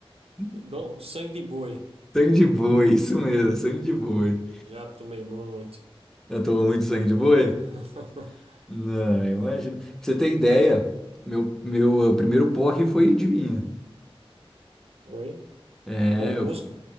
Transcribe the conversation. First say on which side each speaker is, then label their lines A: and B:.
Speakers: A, in the centre; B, on the right (about 80°).
A: <laughs>
B: Dom, sangue de boi.
A: Sangue de boi, isso mesmo, sangue de boi.
B: Já tomei muito.
A: Eu tomo muito sangue de boi?
B: <laughs>
A: Não, imagina. Pra você ter ideia, meu, meu eh, primeiro porre foi de vinho.
B: Oi?
A: É,
B: Dom
A: eu-
B: Bosco.